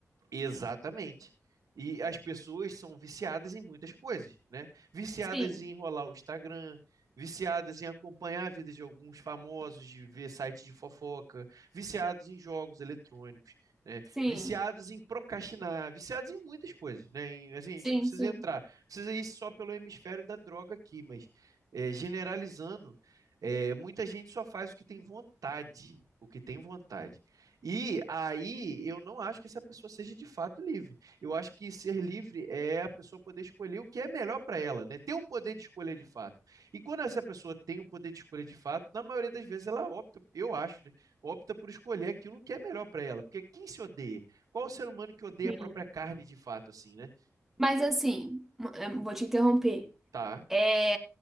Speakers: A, on the right; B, in the centre.
A: Exatamente. E as pessoas são viciadas em muitas coisas, né? Viciadas
B: Sim.
A: em enrolar o Instagram, viciadas em acompanhar a vida de alguns famosos, de ver site de fofoca, viciados em jogos eletrônicos, né?
B: Sim,
A: Viciados em procrastinar, viciados em muitas coisas, né? E, assim, a
B: sim,
A: gente não precisa
B: sim,
A: entrar, precisa ir só pelo hemisfério da droga aqui, mas é, generalizando, é, muita gente só faz o que tem vontade, o que tem vontade. E aí eu não acho que essa pessoa seja de fato livre. Eu acho que ser livre é a pessoa poder escolher o que é melhor para ela, né? Ter o poder de escolher de fato. E quando essa pessoa tem o poder de escolher de fato, na maioria das vezes ela opta, eu acho, né? Opta por escolher aquilo que é melhor para ela. Porque quem se odeia? Qual o ser humano que odeia
B: sim.
A: a própria carne de fato, assim, né?
B: Mas assim, m- eh, vou te interromper.
A: Tá.
B: É,